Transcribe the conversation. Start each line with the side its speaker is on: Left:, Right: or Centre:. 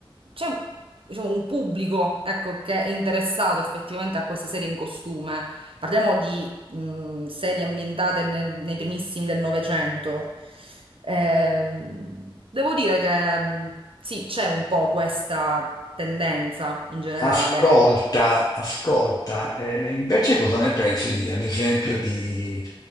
Right: c'è diciamo, un pubblico, ecco, che è interessato effettivamente a queste serie in costume. Parliamo di mh, serie ambientate nel- nei primissimi del Novecento. Ehm, devo dire che mh, sì, c'è un po' questa tendenza in generale.
Left: ascolta, ascolta. eh, invece cosa ne pensi, ad esempio, di...